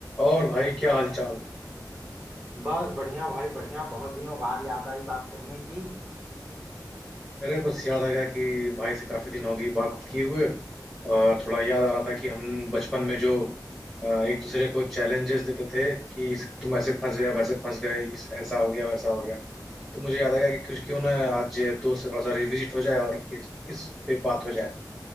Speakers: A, in the centre; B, on the right.
A: और भाई क्या हाल चाल
B: बस बढ़िया भाई बढ़िया बहुत दिनों बाद याद आई बात करने की
A: अरे बस याद आ गया कि भाई से काफी दिन हो गई बात किए हुए और थोड़ा याद आ रहा था कि हम बचपन में जो अ, एक दूसरे को चैलेंजेस देते थे कि इस- तुम ऐसे फंस गए वैसे फंस गए इस ऐसा हो गया वैसा हो गया तो मुझे याद आ गया कि कुछ क्यों ना आज दोस्त थोड़ा सा रिविजिट हो जाए और इस इस पे बात हो जाए